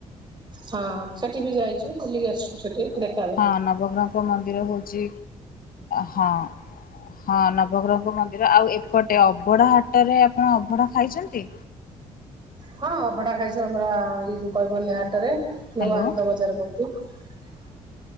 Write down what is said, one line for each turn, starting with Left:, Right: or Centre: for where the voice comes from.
Right: ହଁ ସେଠି ବି ଯାଇଛୁ ବୁଲିକି ଆସିଛୁ ସେଠି। ଦେଖା
Left: ହଁ ନବଗ୍ରହଙ୍କ ମ ମନ୍ଦିର ହଉଛି ହଁ ହଁ ନବଗ୍ରହଙ୍କ ମନ୍ଦିର ଆଉ ଏପଟେ ଅବଢା ହାଟରେ ଆପଣ ଅବଢା ଖାଇଛନ୍ତି?
Right: ହଁ ଅଭଡା ଖାଇଛୁ ଆମର ଏଇ ଯୋଉ କହିବ ହାଟ ରେ। ଯଉ
Left: ହ୍ୟାଲୋ
Right: ଆନନ୍ଦ ବଜାର କହୁନ୍ତି। <unintelligible>